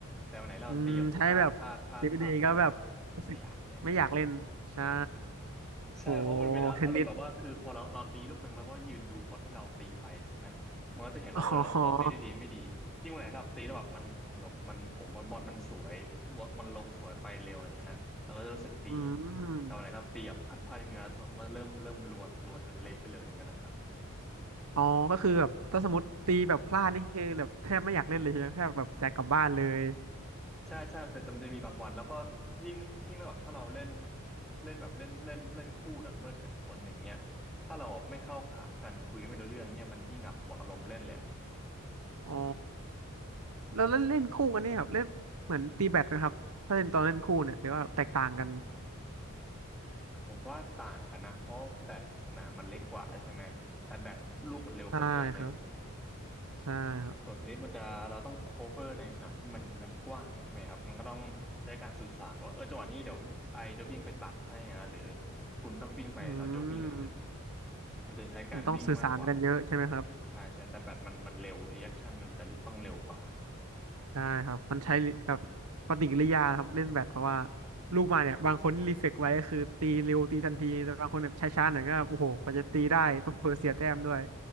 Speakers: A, in the centre; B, on the right.
A: แต่วันไหนเราตีแบบพลาดพลาดพลาดพลาดก็จะแบบว่า
B: อืมใช้แบบดีไม่ดีก็แบบรู้สึกไม่อยากเล่นใช่
A: ไม่อยากเล่นแล้ว ใช่เพราะมันเป็นอาอารมณ์แบบว่าคือพอเราเราตีลูกหนึ่งแล้วก็ยืนดูบอทให้เราตีไปใช่ไหมมันก็จะเห็นว่าเออเราเราตีได้ดีไม่ดียิ่งวันไหนเราตีแล้วแบบมันมันแบบมันโอ้มันบอลมันสวย
B: โหเทนนิสอ๋อ
A: มันลงสวยไปเร็วอะไรอย่างนั้นนะเราก็จะรู้สึกดี
B: อืม
A: แต่วันไหนเราตีแบบพลาดพลาดนิดนึงนะมันก็จะเริ่มเริ่มลวนลวนจนเละไปเลยอย่างนั้นนะครับ
B: อ๋อก็คือแบบถ้าสมมติตีแบบพลาดนี่คือแบบแทบไม่อยากเล่นเลยใช่ไหมแทบแบบจะกลับบ้านเลย
A: ใช่ใช่มันจะมันจะมีบางวันแล้วก็ยิ่งยิ่งแบบถ้าเราเล่นเล่นแบบเล่นเล่นเล่นคู่ดับเบิลกับอีกคนหนึ่งเนี้ยถ้าเราแบบไม่เข้าขากันคุยไม่รู้เรื่องเนี้ยมันยิ่งแบบหมดอารมณ์เล่นเลย
B: อ๋อแล้วเล่นเล่นคู่กันเนี่ยครับเล่นเหมือนตีแบดนะครับถ้าเล่นตอนเล่นคู่เนี่ยหรือว่าแตกต่างกัน
A: ผมว่าต่างกันนะเพราะแบตสนามมันเล็กกว่าใช่ไหมแต่แบตลูกมันเร็วกว่าเยอะเลย
B: ใช่ครับใช่ครับ
A: ส่วนเทนนิสมันจะเราต้อง cover ในสนามที่มันมันกว้างใช่ไหมครับมันก็ต้องใช้การสื่อสารว่าเออจังหวะนี้เดี๋ยวไอจะวิ่งไปตัดให้นะหรือคุณต้องวิ่งไปเราจะวิ่งอะไรงั้น
B: อืม
A: มันจะใช้การวิ่งมากกว่า
B: มันต้องสื่อสารกันเยอะใช่ไหมครับ
A: ใช่ใช่แต่แบตมันมันเร็วรีแอคชั่นมันจะต้องเร็วกว่า
B: ได้ครับมันใช้แบบปฏิกิริยาครับเล่นแบดเพราะว่าลูกมาเนี่ยบางคนรีเฟกไว้ก็คือตีเร็วตีทันทีแต่บางคนแบบช้าๆหน่อยก็โอ้โหกว่าจะตีได้เผลอๆเสียแต้มด้วย